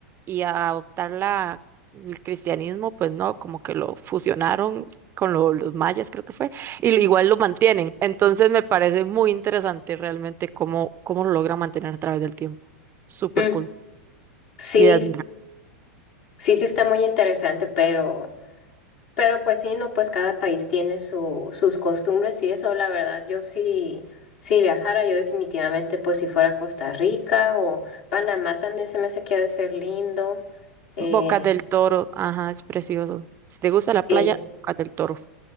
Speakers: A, on the right (about 30°); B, on the left (about 60°).
A: y adoptar la, el cristianismo, pues no, como que lo fusionaron con lo- los mayas, creo que fue, y lo- igual lo mantienen. Entonces me parece muy interesante realmente cómo, cómo lo logran mantener a través del tiempo. Súper
B: Mm,
A: cool.
B: Sí,
A: Y de admirar.
B: sí, sí sí está muy interesante, pero, pero pues sí, no, pues cada país tiene su, sus costumbres y eso, la verdad, yo sí, si viajara, yo definitivamente, pues si fuera a Costa Rica o Panamá también se me hace que ha de ser lindo. Eh,
A: Bocas del Toro, ajá, es precioso. Si te gusta la
B: sí,
A: playa, Bocas del Toro.